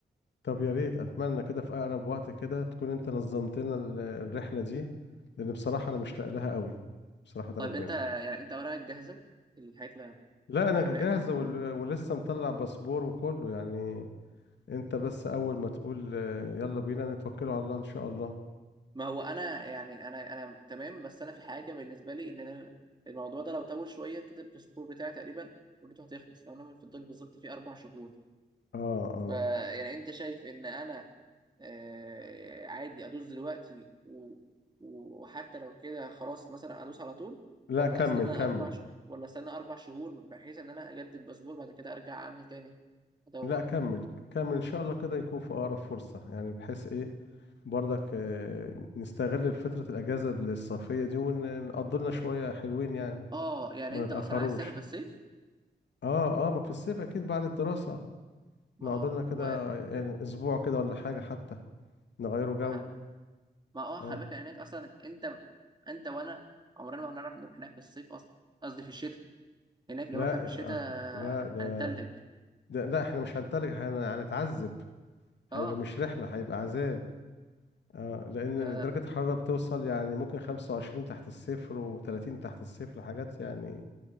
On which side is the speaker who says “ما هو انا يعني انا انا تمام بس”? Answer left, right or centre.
Right